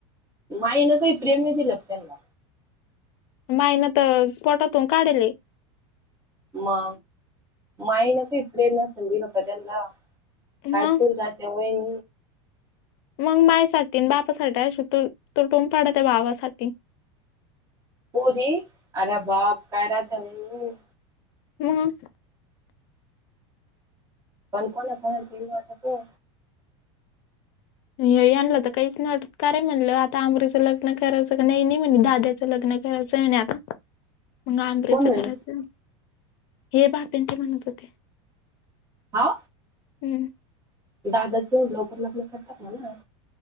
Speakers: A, on the right; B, on the left.
A: माईन काही प्रेम नाही दिलं त्यांना
B: मायन तर पटातून काढली
A: मा मायनक इपडेेम ना सधीला कदला कायपूर
B: मग
A: ग त्या वन
B: मग माय साठी बापासाठीठी अ तू तू टोम पाडत भावासाठी
A: पूरी अरे बाप काय राहत र
B: हम्
A: पण कोण फोण केू वात त
B: हे आणलं तर काहीच नाही अटतकारय म्हणलं आता आमरीच लग्न करायं नाही नाही म्हणे दाद्याच लग्न जमीन आता मग आंबरेच
A: कोण म्हणे
B: कराचं हे बाप्यांचे म्हणत होते
A: हा
B: हम्म
A: दादाचे एवढे लवकर लग्न करतात ना ना